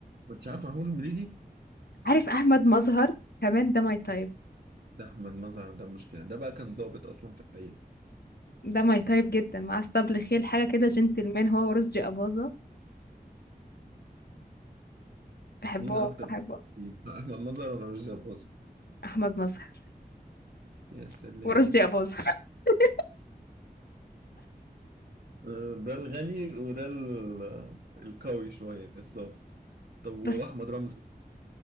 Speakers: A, on the right; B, on the left.
A: انتش عارف محمود المليجي؟
B: عارف احمد مظهر كمان ده ماي تايب
A: ده احمد مظهر ده مشكلة ده بقى كان ضابط اصلا في الحقيقة
B: ده ماي تايب جدا مع اسطبل خيل حاجه كده جنتلمان هو ورشدي اباظه بحبه
A: مين اكتر
B: بحبه
A: يبقى احمد مظهر ولا رشدي اباظة
B: احمد مظهر
A: يا سلام
B: ورشدي اباظه <laughs>
A: <laughs> ده الغني وده ال- القوي شوية بالظبط طب واحمد
B: بس
A: رمزي